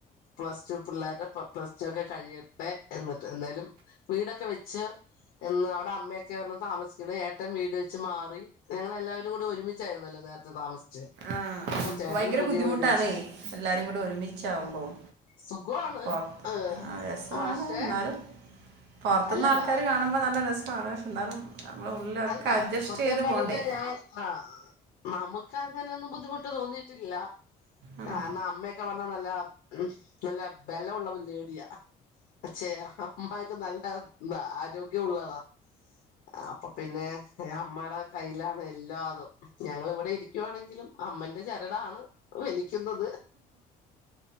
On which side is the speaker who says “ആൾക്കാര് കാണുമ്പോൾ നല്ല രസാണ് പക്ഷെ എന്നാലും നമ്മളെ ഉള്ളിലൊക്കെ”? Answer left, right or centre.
Right